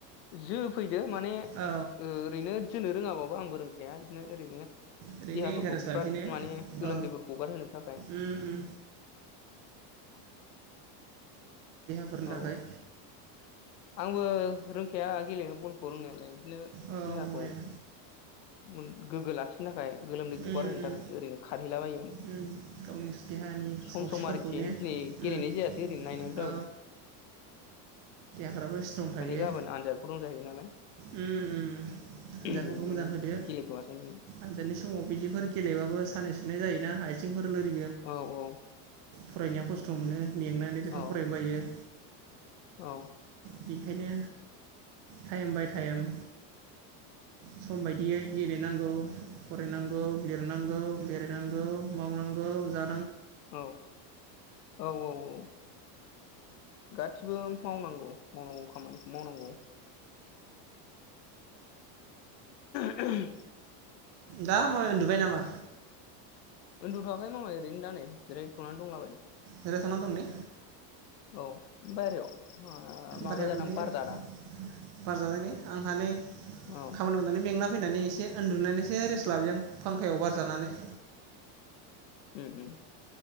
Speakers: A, on the left; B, on the right.
A: जोफैदो माने
B: औ
A: ओरैनो जोनो रोङाबाबो आंबो रों खाया बिदिनो ओरैनो
B: ओरैनो
A: देहाफोरखौ
B: इन्टारेस्ट लानोसै
A: फ्राद
B: ने
A: माने गोलोमदैफोरखौ
B: औ
A: गगारहोनो थाखाय
B: उम उम फोरनि
A: औ
B: थाखाय
A: आंबो रोंखाया गेलेनो बलखौ रोंनायालाय नो
B: औ
A: देहाखौ
B: माबायाव
A: मोन गोग्गो लाखि नो थाखाय गोलोमदै गगार
B: उम
A: होनो
B: उम
A: थाखायसो ओरैनो खारहैला बायो नंगौ
B: उम गावनि देहानि
A: सम
B: सावस्रिफोरखौ
A: सम आरोखि
B: ने
A: दिनै गेलेनाय
B: उम
A: जायासै ओरैनो नायनायल'
B: औ
A: जाबाय
B: फ्राबो सट्रं थायो
A: माने गाबोन आनजादबो दं जाहैबाय नालाय
B: उम उम उम आनजादफोरखौ
A: बेनिखायनो
B: मोजां होदो
A: गेलेथ'गासिनो
B: आनजादनि समाव बिदिफोर गेलेबाबो सानाय सुनाय जायोनाआयथ थिंफोर लोरि
A: औ औ
B: फरायनाया खस्थ' मोनो मेंनानै लेखा
A: औ
B: फरायनो बायो
A: औ
B: बेखायनो टाइम बाय टाइम सम बायदियै गेलेनांगौ फरायनांगौ लिरनांगौ बेरायनांगौ मावनांगौ जा
A: औ औ औ औ गासिबो मावनांगौ मावनांगौ खामानिखौ मावनांगौ <inaudible>
B: दा मा उन्दुबाय नामा
A: उन्दुथ'वाखै मामाय ओरैनो दा नैै जिरायथ'नानै दंला बायो
B: जिरायथना दं ने
A: औ बायहेरायाव मा माबा
B: बारहायाव
A: जादां
B: दंलै
A: बार
B: आं
A: जादां
B: बार जादों ने आंहा नै खामानि
A: औ
B: मावनानै मेंना फैनानै एसे उन्दुनानैसो रेस्ट लाबाय आं फांखायाव बारजानानै
A: उम उम